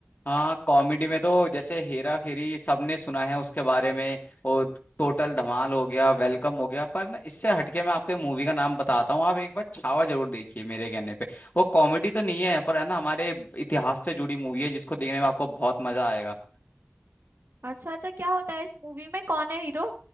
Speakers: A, on the left; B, on the right.
A: हाँ कॉमेडी में तो जैसे हेरा फेरी सबने सुना है उसके बारे में और टोटल धमाल हो गया वेलकम हो गया पर ना इससे हटके मैं आपको मूवी का नाम बताता हूँ आप एक बार छावा जरूर देखिए मेरे कहने पे वो कॉमेडी तो नहीं है पर है ना हमारे इतिहास से जुड़ी मूवी है जिसको देखने में आपको बहुत मजा आएगा
B: अच्छा अच्छा क्या होता है इस मूवी में कौन है हीरो